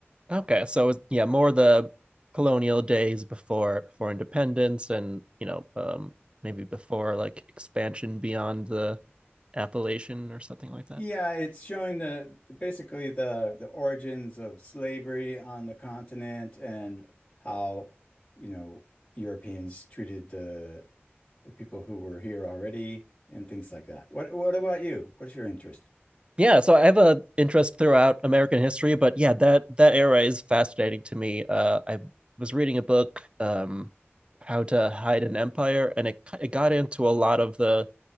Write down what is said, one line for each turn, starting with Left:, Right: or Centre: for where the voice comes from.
Right: Okay, so it's- yeah, more the colonial days before before independence, and you know, um, maybe before like expansion beyond the Appalachian or something like that.
Left: Yeah, it's showing the, the- basically the the origins of slavery on the continent and how, you know, Europeans treated the the people who were here already and things like that. What what about you? What is your interest?
Right: Yeah, so I have a interest throughout American history, but yeah, that that era is fascinating to me. Uh, I was reading a book, um, How to Hide an Empire, and it it got into a lot of the